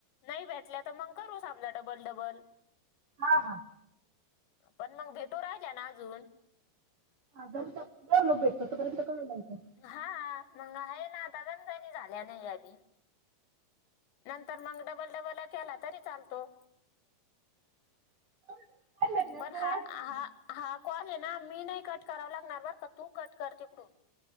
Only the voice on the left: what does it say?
नाही भेटल्या तर मंग करू समजा डबल डबल.
पण मंग भेटू राहिल्या ना अजून
हां मंग आहे ना आता <unintelligible> झाल्या नाही अबी नंतर मग डबल डबल केला तरी चालतो.
पण
हा-हा-हा
कॉल ना मी नाही कट करावं लागणार बरं का तू कट कर तिकडून.